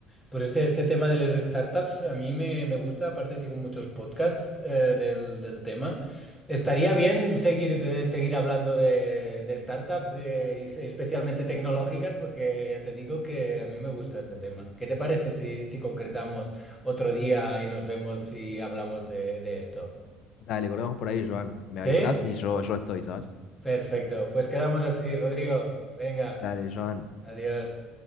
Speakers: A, in the centre; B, on the left.
A: Pues este, este tema de las startups a mí me, me gusta, aparte sigo muchos podcasts eh, del, del tema. Estaría bien seguir, de- seguir hablando de, de startups, eh, y se- especialmente tecnológicas, porque ya te digo que a mí me gusta este tema. ¿Qué te parece si, si concretamos otro día y nos vemos y hablamos de, de esto?
B: Dale, corremos por ahí, Joan. Me avisás
A: ¿Sí?
B: y yo, yo estoy, ¿sabes?
A: Perfecto. Pues quedamos así, Rodrigo. Venga,
B: Dale, Joan.
A: adiós.